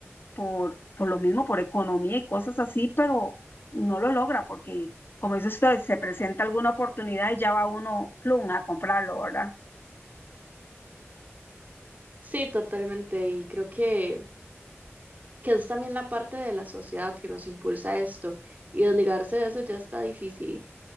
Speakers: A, on the left; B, on the right.
A: por, por lo mismo, por economía y cosas así, pero no lo logra porque, como dice usted, se presenta alguna oportunidad y ya va uno, plum, a comprarlo, ¿verdad?
B: Sí, totalmente. Y creo que, que es también la parte de la sociedad que nos impulsa a esto. Y desligarse de eso ya está difícil.